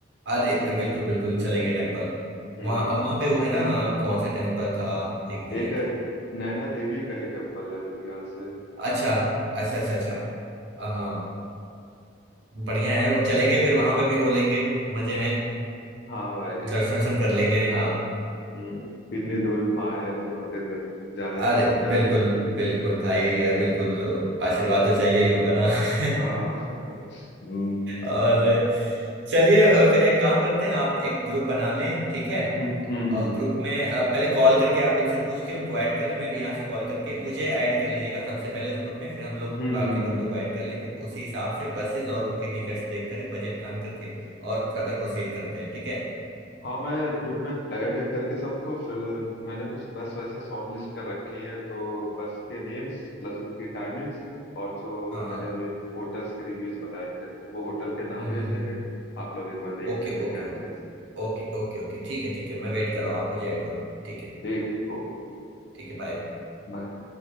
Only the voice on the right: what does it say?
अरे बिल्कुल बिल्कुल चलेंगे टेम्पल
वहाँ वहाँ पे वो है ना कौन सा टेम्पल था एक मिनट
अच्छा अच्छा अच्छा अच्छा हाँ बढ़िया है वो चलेंगे फिर वहाँ पे भी हो लेंगे मजे में
दर्शन वर्शन कर लेंगे हाँ
अरे
बिल्कुल
बिल्कुल
भाई यार बिल्कुल आशीर्वाद तो चाहिए ही होगा ना <laughs>
और चलिए अ, फिर एक काम करते हैं आप एक ग्रुप बना लें ठीक है
और
ग्रुप में अ, पहले कॉल करके आप उनसे पूछ के उनको ऐड कर लें मैं भी यहाँ से कॉल करके मुझे ऐड कर लीजिएगा सबसे पहले उस ग्रुप में फिर हम लोग
बाकी
बंदों
को ऐड कर लेंगे उसी हिसाब से बसेस और उनके टिकट्स देख कर बजट प्लान करके और फर्दर प्रोसीड करते हैं ठीक है
हाँ
हाँ
हम्म
हम्म हम्म
Okay
okay
okay
okay okay okay ठीक है ठीक है मैं वेट कर रहा हूँ आप मुझे ऐड करो ठीक है
ठीक है बाय